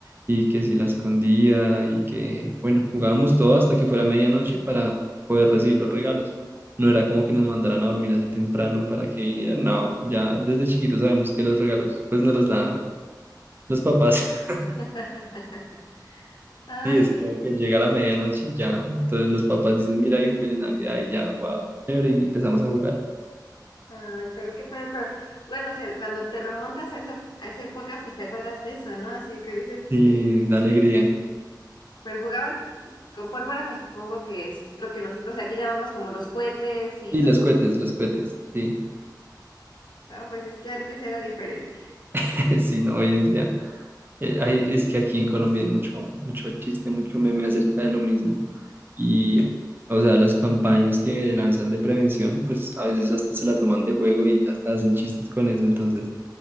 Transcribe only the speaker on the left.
<laughs> Ay,
mira.
Ay, pero qué padre, pero bueno, o sea, cuando te remontas a esa, a esa época, pues te acuerdas de eso, ¿no? Así que dices
que,
pero jugaban con pólvora, me supongo que es lo que nosotros aquí llamamos como los cohetes y
los
juegos,
¿no? Pues es que antes era diferente.